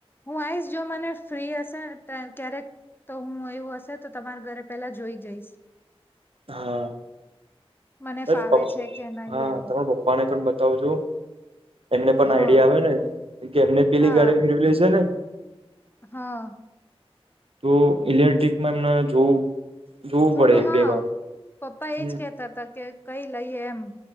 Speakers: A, on the left (about 20°); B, on the right (about 65°).
A: હું આઈસ, જો મને ફ્રી હસે ને તે ક્યારેક. તો હું એવું હસે, તો તમારા ઘરે પેલા જોઈ જઈસ.
B: હા.
A: મને
B: એટ
A: ફાવે
B: પપ,
A: છે કે નહી
B: હા,
A: એમ
B: તમારા પપ્પાને પણ બતાવજો. એમને પણ
A: હા
B: આઈડિયા આવે ને કે, એમને પેલી
A: હા
B: ગાડી ફેરવેલી છે ને.
A: હા.
B: તો ઈલેક્ટ્રિકમાં એમને જોવું, જોવું
A: થોડું
B: પડે એક
A: હા
B: બે વાર.
A: પપ્પા
B: હમ
A: એજ કેહેતાતા કે કઈ લઈએ એમ,